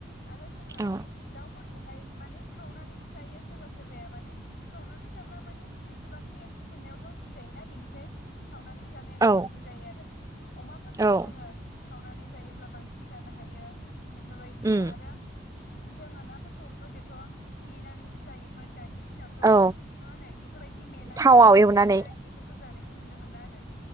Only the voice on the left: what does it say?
आरो जोङो
दाउ फोरखौहाय माने सावनानानैबो जो जायो सोरबा सोरबाया माने सावनानै जाब्ला माने जेसेबांखि ओंख्रि संनायाव थावसिन जायोना बिनिख्रुइ सावनानै जानाया
गोथावसिन जायो आरो। अमाफोरखौबो
जोङो सावनानै जायोब्ला बांसिन जानो हायो। बेफोरबायदि
आरो जोङो नाफोरखौ गोदोथ' मेनानै सो जायोमोन। दानि दिनावथ'
मा होनो इफोरबायदि मेनाय
रुनानै
जानाय इफोरखौ जानाय खौ नुनो मोनला आरो